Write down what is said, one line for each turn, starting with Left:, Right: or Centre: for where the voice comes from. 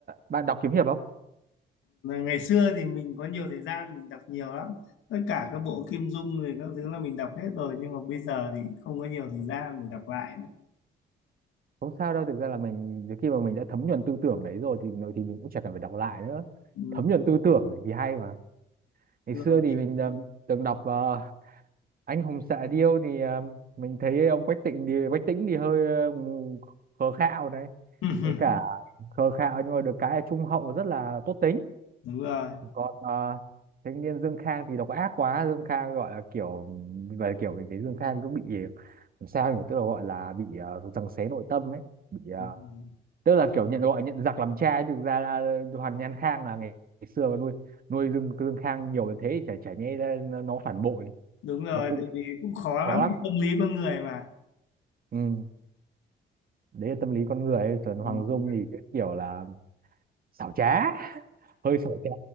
Right: bạn đọc kiếm hiệp không
Left: ngày xưa thì mình có nhiều thời gian mình đọc nhiều lắm tất cả các bộ Kim Dung rồi các thứ là mình đọc hết rồi nhưng mà bây giờ thì không có nhiều thời gian để đọc lại nữa.
Right: không sao đâu thực ra là mình đến khi mà mình đã thấm nhuần tư tưởng đấy rồi thì rồi thì mình cũng chẳng cần phải đọc lại nữa
Left: Ừ,
Right: thấm nhuần tư tưởng thì hay mà ngày
Left: đúng
Right: xưa
Left: rồi
Right: thì mình ờ, từng đọc ờ, anh hùng xạ điêu thì ờ, mình thấy ông Quách Tịnh thì Quách Tĩnh thì hơi ờ, khờ khạo đấy
Left: <laughs>
Right: với cả khờ khạo nhưng mà được cái là trung hậu rất là tốt tính
Left: đúng rồi
Right: còn ờ, thanh niên Dương Khang thì độc ác quá Dương Khang gọi là kiểu và kiểu mình thấy Dương Khang cứ bị làm sao nhỉ tức là gọi là bị uh, giằng xé nội tâm ấy bị ờ,
Left: đúng rồi
Right: tức là kiểu nhận gọi nhận giặc làm cha ấy, thực ra là Hoàn Nhan Khang là ngày, ngày xưa nuôi nuôi Dương Dương Khang nhiều đến thế thì chả chả nhẽ ra nó nó phản bội
Left: Đúng rồi,
Right: nó cũng
Left: tại vì cũng khó
Right: khó
Left: lắm
Right: lắm
Left: tâm lý con người mà
Right: ừ. đấy là tâm lý con người ấy. còn
Left: ừ.
Right: Hoàng Dung thì cái kiểu là xảo trá <laughs> hơi xảo trá